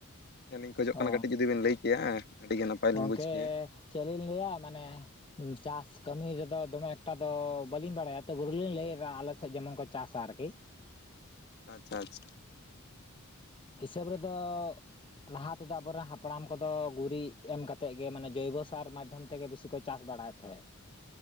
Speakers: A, on the left; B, on the left.
A: ᱴᱷᱮᱱ ᱤᱧ ᱠᱷᱚᱡᱚᱜ ᱠᱟᱱᱟ᱾ᱠᱟᱹᱴᱤᱡ
B: ᱚ
A: ᱡᱩᱫᱤ ᱵᱮᱱ ᱞᱟᱹᱭ ᱠᱮᱭᱟ᱾ ᱟᱹᱰᱤᱜᱮ ᱱᱟᱯᱟᱭ ᱞᱤᱧ
B: ᱜᱚᱝᱠᱮ
A: ᱵᱩᱡᱽ ᱠᱮᱭᱟ
B: ᱪᱮᱫ ᱞᱤᱧ ᱞᱟᱹᱭᱟ ᱢᱟᱱᱮ ᱪᱟᱥ ᱠᱟᱹᱢᱤ ᱨᱮᱫᱚ ᱫᱚᱢᱮ ᱮᱠᱴᱟ ᱫᱚ ᱵᱟᱹᱞᱤᱧ ᱵᱟᱲᱟᱭᱟ ᱛᱚᱵᱩ ᱞᱤᱧ ᱞᱟᱹᱭᱫᱟ ᱟᱞᱮ ᱥᱮᱫ ᱡᱮᱢᱚᱱ ᱠᱚ ᱪᱟᱥᱟ ᱟᱨᱠᱤ
A: ᱟᱪᱷᱟ ᱟᱪᱷᱟ
B: ᱦᱤᱥᱟᱹᱵᱽ ᱨᱮᱫᱚ ᱞᱟᱦᱟ ᱛᱮᱫᱚ ᱟᱵᱚᱨᱮ ᱦᱟᱯᱲᱟᱢ ᱠᱚᱫᱚ ᱜᱩᱨᱤᱜ ᱮᱢ ᱠᱟᱛᱮᱜ ᱜᱮ ᱢᱟᱱᱮ ᱡᱚᱭᱵᱚ ᱥᱟᱨ ᱢᱟᱫᱽᱫᱷᱚᱢ ᱛᱮᱜᱮ ᱵᱤᱥᱤ ᱠᱚ ᱪᱟᱥ ᱵᱟᱲᱟᱭᱮᱫ ᱛᱟᱦᱮᱸᱜ